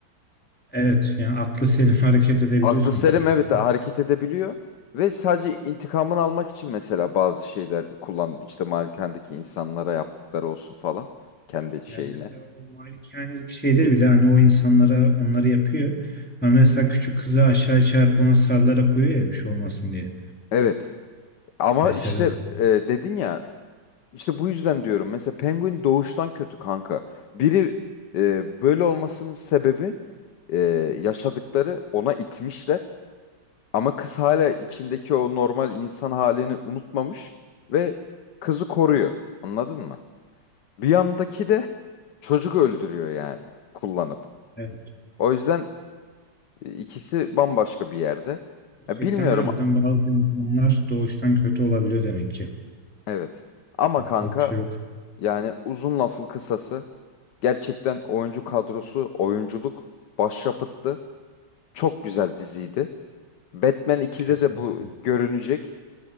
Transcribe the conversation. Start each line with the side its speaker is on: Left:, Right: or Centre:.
Centre: Evet yani aklı selim <laughs> hareket edebiliyor
Left: Aklı
Centre: sonuç
Left: selim
Centre: olarak.
Left: evet hareket edebiliyor. Ve sadece intikamını almak için mesela bazı şeyler kullan işte malikendeki insanlara yaptıkları olsun falan kendi şeyine.
Centre: Yani mesela o malikanedeki şeyde bile hani o insanlara onları yapıyor. Ama mesela küçük kızı aşağı çağırıp ona sarılarak koyuyor ya bir şey olmasın diye.
Left: Evet ama
Centre: Mesela
Left: işte e, dedin ya İşte bu yüzden diyorum. Mesela Penguin doğuştan kötü kanka. Biri e, böyle olmasının sebebi e, yaşadıkları ona itmişler. Ama kız hala içindeki o normal insan halini unutmamış ve kızı koruyor. Anladın mı? Bir yandaki de <laughs> çocuk öldürüyor yani kullanıp.
Centre: evet,
Left: O yüzden e, ikisi bambaşka bir yerde.
Centre: gerçekten
Left: Ya bilmiyorum
Centre: harbiden bazı insanlar doğuştan kötü olabiliyor demek ki.
Left: evet. Ama
Centre: Yapacak
Left: kanka
Centre: bir şey yok.
Left: yani uzun lafın kısası Gerçekten oyuncu kadrosu, oyunculuk başyapıttı. Çok güzel diziydi. Batman 2'de
Centre: Kesinlikle.
Left: de bu görünecek.